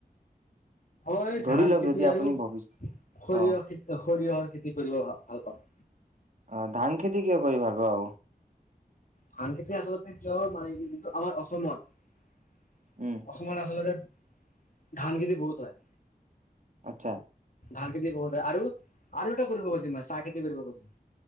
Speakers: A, on the left (about 55°); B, on the right (about 50°).
A: মই
B: ধৰি
A: ধান
B: লওক
A: খেতি
B: যদি
A: আৰু
B: আপুনি
A: সৰিয়হ
B: ভৱিষ্যত অ
A: খে, সৰিয়হৰ খেতি কৰিব ভা, ভাল পাওঁ।
B: অ ধান খেতি কিয় কৰি ভাল পাওঁ
A: ধান খেতি আচলতে, কিয় মানে, কি যিটো আমাৰ অসমত
B: উম
A: অসমত আচলতে ধান খেতি বহুত হয়।
B: আচ্ছা!
A: ধান খেতি বহুত হয় আৰু এটা কৰিব খুজিম মই, চাহ খেতি কৰিব খুজিম।